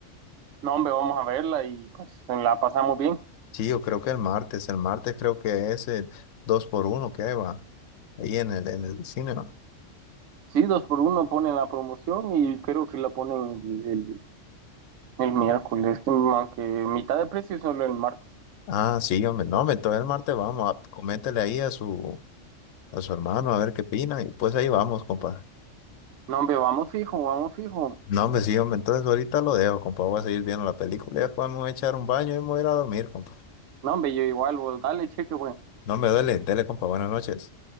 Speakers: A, on the right; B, on the left.
A: no, hombre, vamos a verla y pues la pasamos bien.
B: Sí, yo creo que el martes, el martes creo que es el 2 por uno que va ahí en el, en el cine. va.
A: Sí, dos por uno ponen la promoción y creo que la ponen el, el, el miércoles, que, aunque mitad de precio solo el martes.
B: Ah, sí, hombre, no, hombre, entonces el martes vamos, a, coméntele ahí a su, a su hermano a ver qué opina y pues ahí vamos, compa.
A: No, hombre, vamos fijo, vamos fijo.
B: No, hombre, sí, hombre, entonces ahorita lo dejo, compa, voy a seguir viendo la película y después me voy a echar un baño y me voy a ir a dormir, compa.
A: No, hombre, yo igual, vos dale cheque, güey.
B: No, hombre, dele, dele, compa, buenas noches.